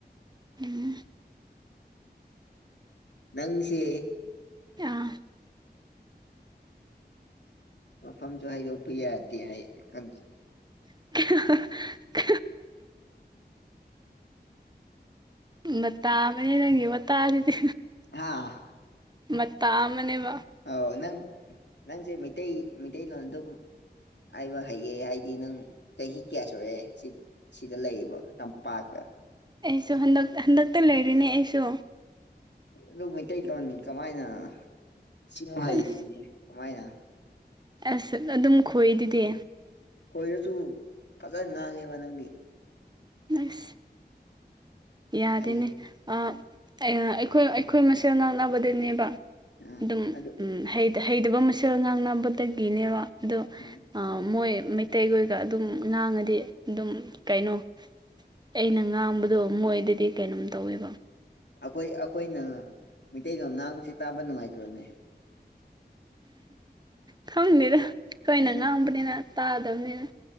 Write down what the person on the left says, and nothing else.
ꯅꯪꯁꯦ
ꯃꯐꯝꯐꯝꯁꯨ ꯍꯥꯏꯗ ꯎ ꯄ ꯌꯥ ꯍꯥꯏ ꯀ
ꯍꯥꯥ
ꯑ ꯅꯪ ꯅꯪꯁꯦ ꯃꯤꯇꯩꯩ ꯃꯤꯇꯩꯩꯂꯣꯟ ꯑꯗꯨꯝ ꯍꯥꯏꯕ ꯍꯩꯌꯦ ꯍꯥꯏꯗꯤ ꯅꯪ ꯆꯍꯤ ꯀꯌꯥ ꯁꯨꯔꯛꯑꯦ ꯁꯤ ꯁꯤꯗ ꯂꯩꯌꯦꯕ ꯇꯝꯄꯥꯛꯇ
ꯑꯗꯨ ꯃꯩꯇꯩꯂꯣꯟꯅꯤ ꯀꯃꯥꯏꯅ ꯁꯤꯃꯨ ꯍꯥꯏꯁꯤꯗꯤ
ꯀꯃꯥꯏꯅ
ꯈꯣꯏꯔꯁꯨ ꯐꯖꯅ ꯉꯥꯡꯉꯦꯕ ꯅꯪꯗꯤ
ꯍꯩ ꯍꯩ
ꯑꯥ
ꯑꯗꯨ
ꯎꯝ
ꯑꯩꯈꯣꯏ ꯑꯩꯈꯣꯏꯅ ꯃꯤꯇꯩꯩꯇꯩꯂꯣꯟ ꯉꯥꯡꯁꯦ ꯇꯥꯕ ꯅꯨꯡꯉꯥꯏꯇ꯭ꯔꯣꯅꯦ
ꯑꯦ